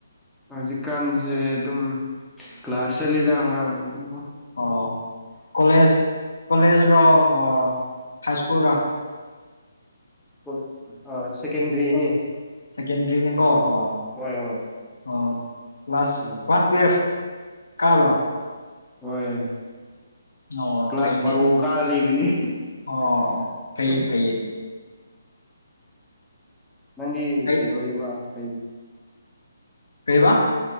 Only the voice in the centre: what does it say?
ꯍꯧꯖꯤꯛꯀꯥꯟꯁꯦ ꯑꯗꯨꯝ ꯀ꯭ꯂꯥꯁ ꯆꯠꯂꯤꯗ ꯑꯉꯥꯡ ꯑꯣꯏꯅꯤꯡ
ꯀꯨꯜ ꯑ ꯁꯦꯀꯦꯟꯗꯔꯤꯅꯤ
ꯍꯣꯏ ꯍꯣꯏ
ꯎꯝ
ꯍꯣꯏ
ꯀ꯭ꯂꯥꯁ
ꯕꯥꯔꯣ ꯀꯥꯔ ꯂꯩꯕꯤꯅꯤ
<unintelligible>
ꯅꯪꯒꯤ
ꯀꯩꯗꯧꯔꯤꯕ ꯀꯩ